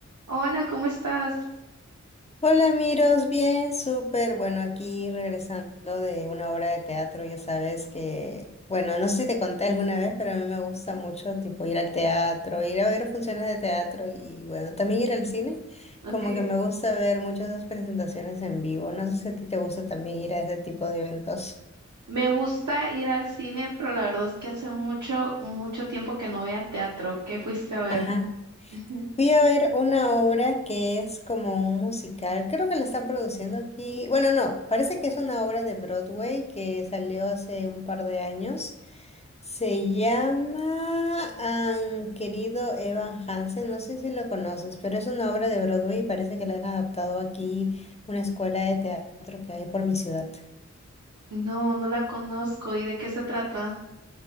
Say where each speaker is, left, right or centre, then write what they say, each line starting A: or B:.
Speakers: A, on the right; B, on the left.
A: Hola, ¿cómo estás?
B: Hola, Miros, bien, súper. Bueno, aquí regresando de una obra de teatro, ya sabes que, bueno, no sé si te conté alguna vez, pero a mí me gusta mucho, tipo, ir al teatro, ir a ver funciones de teatro y, bueno, también ir al cine.
A: Ok.
B: Como que me gusta ver muchas de esas presentaciones en vivo. No sé si a ti te gusta también ir a ese tipo de eventos.
A: Me gusta ir al cine, pero la verdad es que hace mucho, mucho tiempo que no voy al teatro. ¿Qué fuiste a ver?
B: Ajá.
A: <laughs>
B: Fui a ver una obra que es como un musical, creo que la están produciendo aquí. Bueno, no, parece que es una obra de Broadway que salió hace un par de años. Se llama Han querido Evan Hansen, no sé si lo conoces, pero es una obra de Broadway y parece que la han adaptado aquí una escuela de teatro que hay por mi ciudad.
A: No, no la conozco. ¿Y de qué se trata?